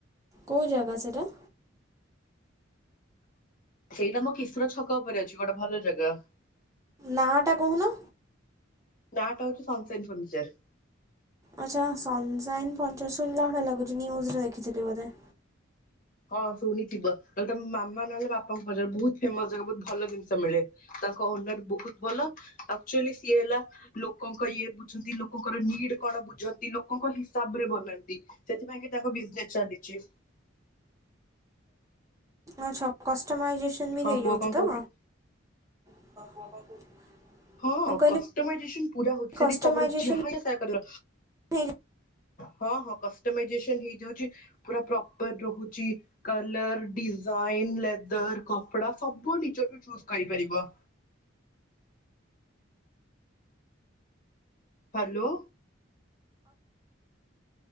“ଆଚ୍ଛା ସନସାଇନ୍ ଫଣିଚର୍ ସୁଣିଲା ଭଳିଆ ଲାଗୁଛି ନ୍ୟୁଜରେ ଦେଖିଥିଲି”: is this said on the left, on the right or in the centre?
Right